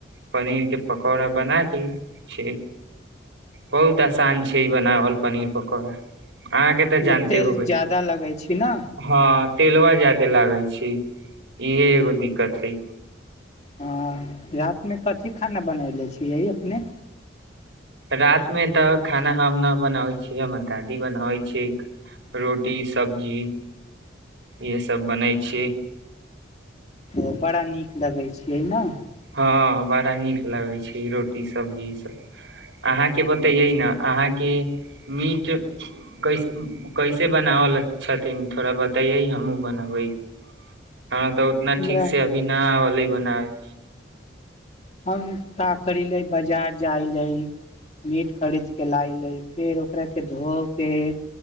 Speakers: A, on the right; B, on the left.
A: पनीर के पकौड़ा बना दी छै बहुत आसान छै ई बनावल पनीर पकौड़ा अहाँके तऽ
B: आईमे
A: जानते
B: तेल
A: होबै
B: ज्यादा लगै छी। ने
A: हँ तेलवा ज्यादे लागै छै। इहे एगो दिक्कत छै
B: हँ रातिमे कथि खाना बनयने छियै अपने
A: रात मे तऽ खाना हम नहि बनाबै छियै हमर दादी बनाबै छियै रोटी सब्जी इह सब बनै छीिय
B: ओ बड़ा नीक लगैत छियै ने
A: हँ बड़ा नीक लगै छै। रोटी सब्जी ई सब अहाँके बतैयै ने अहाँके मीट कैसे कैसे बनावल छथिन थोड़ा बतैयै हमहुँ बनबै हम तऽ उतना
B: हमरा
A: ठीक से अभी न आलै बनाब
B: हम तऽ कऽ लेलिऐ। बजार जाइ कऽ मीट किनि आनलिऐ, फेर ओकरा धोएलिऐ।